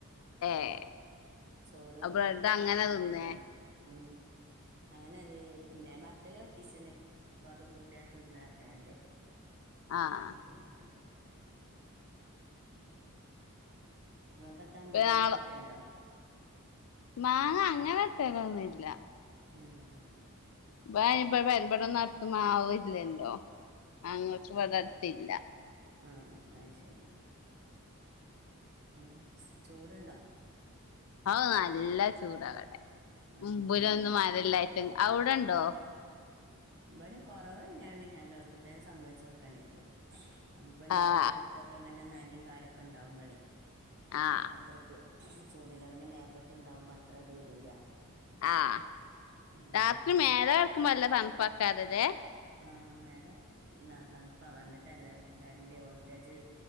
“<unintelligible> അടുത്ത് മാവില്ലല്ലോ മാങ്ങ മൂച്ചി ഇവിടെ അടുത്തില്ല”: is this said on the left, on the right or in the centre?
Left